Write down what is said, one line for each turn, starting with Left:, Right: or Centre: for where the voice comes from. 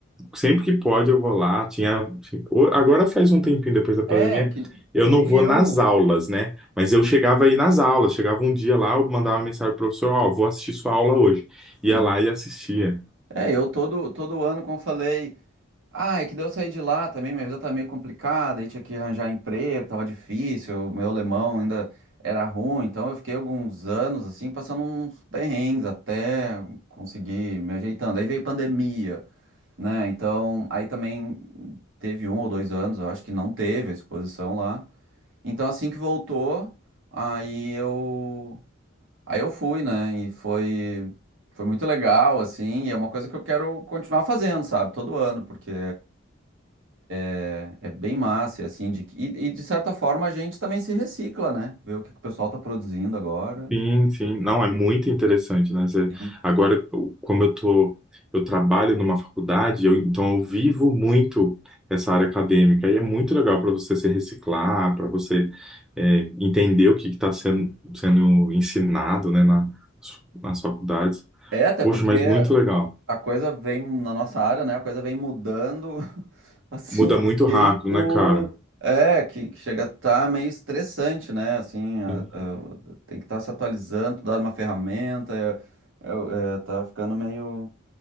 Centre: sempre que pode eu vou lá. Tinha, assim, o- agora faz um tempinho depois da pandemia,
Right: É, que,
Centre: eu
Right: que nem
Centre: não vou
Right: eu.
Centre: nas aulas, né? Mas eu chegava aí nas aulas, chegava um dia lá, eu mandava uma mensagem pro professor, ó, vou assistir sua aula hoje. Ia
Right: Sim.
Centre: lá e assistia.
Right: É, eu todo, todo ano, como eu falei, Ah, é que daí eu saí de lá também, minha vida tá meio complicada, aí tinha que arranjar emprego, tava difícil, meu alemão ainda era ruim, então eu fiquei alguns anos assim, passando uns perrengues até conseguir me ajeitando. Aí veio pandemia, né? Então, aí também teve um ou dois anos, eu acho que não teve a exposição lá. Então, assim que voltou, aí eu aí eu fui, né? E foi foi muito legal assim, e é uma coisa que eu quero continuar fazendo, sabe? Todo ano, porque é é bem massa, assim, de, que- e, e de certa forma a gente também se recicla, né? Ver o que, que o pessoal tá produzindo agora.
Centre: Sim, sim. Não, é muito interessante, né? Você-
Right: Sim.
Centre: Agora, eu- como eu tô, eu trabalho numa faculdade, eu- então eu vivo muito essa área acadêmica. E é muito legal para você se reciclar, para você é, entender o que está sendo, sendo ensinado, né, na, nas faculdades.
Right: É, até
Centre: Poxa,
Right: porque
Centre: mas muito legal.
Right: a coisa vem na nossa área, né? A coisa vem mudando, <laughs> assim,
Centre: Muda muito rápido,
Right: de jeito.
Centre: né, cara?
Right: É, que, que chega a estar meio estressante, né? Assim, a-
Centre: Sim.
Right: a- tem que estar se atualizando, dar uma ferramenta, é, é, é, tá ficando meio,